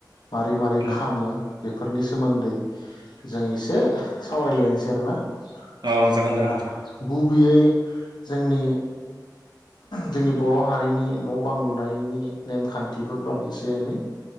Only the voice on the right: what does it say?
उम
अ जागोन जागोन
नोंथां